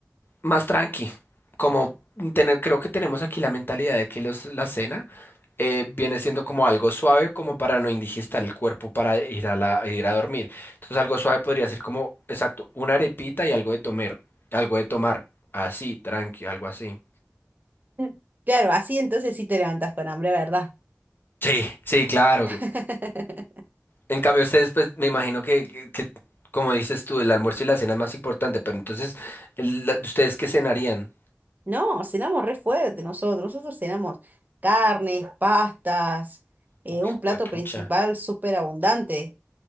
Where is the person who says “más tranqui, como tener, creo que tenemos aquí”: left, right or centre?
Left